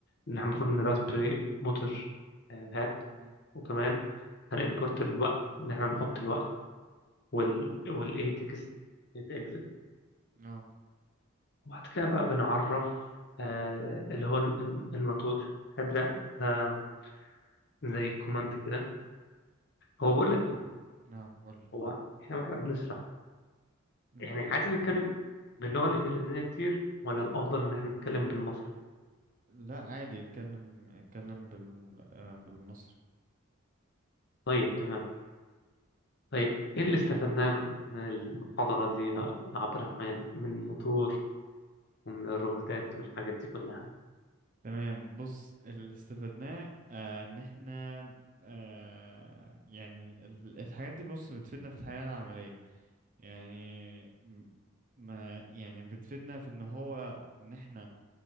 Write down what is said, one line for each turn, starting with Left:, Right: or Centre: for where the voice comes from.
Left: ان احنا المفروض ان راسبري موتور هات
Right: مم.
Left: وكمان هنimport الوقت ان احنا نحط الوقت وال
Right: مم.
Left: والايه تكست اكزت
Right: اه
Left: وبعد كده بقى بنعرف آه اللي هو الم- الموتور هذا ده زي كوماند كده هو بقول لك ايه
Right: نعم قول
Left: هو احنا واحنا بنشرح
Right: مم.
Left: يعني عادي نتكلم باللغة الإنجليزية كتير ولا
Right: اه
Left: الأفضل إن احنا نتكلم بالمصري
Right: لا عادي اتكلم اتكلم بال... آه، بالمصري
Left: طيب تمام طيب إيه اللي استفدناه من المحاضرة دي يا عبد الرحمن من الموتور ومن الروبوتات والحاجات دي كلها
Right: تمام بص اللي استفدناه آه، ان احنا آه، يعني ال- الحاجات دي بص بتفيدنا في الحياة العملية يعني م- ما يعني بتفيدنا في ان هو ان احنا